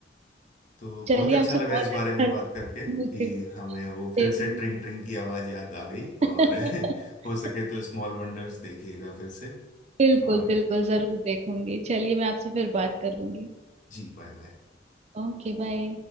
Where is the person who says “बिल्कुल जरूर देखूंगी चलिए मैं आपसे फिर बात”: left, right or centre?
Right